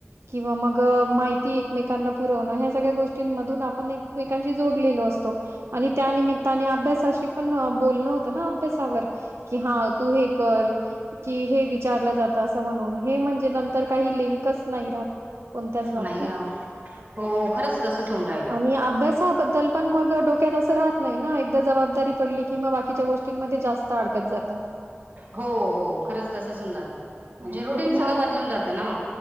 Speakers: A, on the right (about 80°); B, on the right (about 45°).
A: किंवा मग अ माहिती एकमेकांना पुरवण हे सगळ्या गोष्टींमधून आपण एकमेकांशी जोडलेलो असतो आणि त्यानिमितानी अभ्यासाशी पण अ बोलण होत ना अभ्यासावर. की हा तू हे कर की हे विचारलं जात अस म्हणून हे म्हणजे नंतर काही लिंक च नाही राहत कोणत्याच बाबतीत.
B: नाही अ हो खरंच तसंच होऊन राहिलं
A: आणि अभ्यासाबद्दल पण मग अ डोक्यात असं राह नाही ना एकदा जबाबदारी पडली कि म बाकीच्या गोष्टींमध्ये जास्त अडकत जात.
B: हो हो खरंच तसचहून जातं म्हणजे
A: अ,
B: रुटीन
A: कुटुंब
B: सगळं बदलून जातं ना.